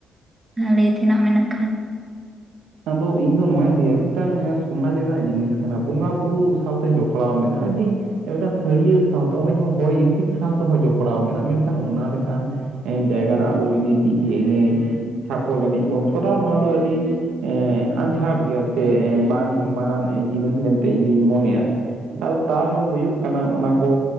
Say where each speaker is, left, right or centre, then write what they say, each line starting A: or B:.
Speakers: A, on the right; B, on the right.
A: ᱞᱟᱹᱭ ᱛᱮᱱᱟᱜ ᱢᱮᱱᱟᱜ ᱠᱷᱟᱱ?
B: ᱟᱫᱚ ᱤᱧ ᱫᱚ ᱱᱚᱣᱟᱧ ᱞᱟᱹᱭᱟ ᱢᱤᱫᱴᱟᱝ ᱥᱚᱢᱟᱡᱽ ᱨᱮᱱᱟᱜ ᱡᱤᱱᱤᱥ ᱠᱟᱱᱟ ᱵᱚᱸᱜᱟ ᱵᱩᱨᱩ ᱥᱟᱶᱛᱮ ᱡᱚᱯᱲᱟᱣ ᱢᱮᱱᱟᱜᱼᱟ ᱟᱹᱰᱤᱼᱼ ᱢᱤᱫᱴᱟᱱ ᱥᱟᱹᱲᱤᱭᱟᱹᱲ ᱥᱟᱶᱛᱮ ᱱᱚᱜᱼᱚᱭ ᱡᱮᱢᱚᱱ ᱦᱚᱭ ᱦᱤᱸᱥᱤᱫ ᱥᱟᱶ ᱛᱮᱦᱚᱸ ᱡᱚᱯᱲᱟᱣ ᱢᱮᱱᱟᱜᱼᱟ ᱢᱮᱱᱠᱷᱟᱱ ᱚᱱᱟ ᱞᱮᱠᱟᱱᱼᱼ ᱛᱮᱦᱮᱧ ᱡᱟᱭᱜᱟ ᱨᱮ ᱟᱵᱚ ᱡᱩᱫᱤ ᱰᱤᱡᱮ ᱮᱱᱮᱡ, ᱪᱷᱟᱯᱚᱞ ᱮᱱᱮᱡ ᱵᱚᱱ ᱠᱚᱨᱟᱣᱟ ᱱᱚᱣᱟ ᱫᱚ ᱟᱹᱰᱤᱼᱼ ᱮᱜ ᱟᱸᱡᱷᱟᱴ ᱜᱮᱭᱟ ᱥᱮ ᱮᱜ ᱵᱟᱝ ᱢᱟᱱᱟᱱ ᱡᱤᱱᱤᱥ ᱢᱮᱱᱛᱮ ᱤᱧ ᱫᱩᱧ ᱢᱚᱱᱮᱭᱟ ᱾ ᱟᱫᱚ ᱛᱟᱣ ᱨᱮᱦᱚᱸ ᱦᱩᱭᱩᱜ ᱠᱟᱱᱟ ᱚᱱᱟᱠᱚ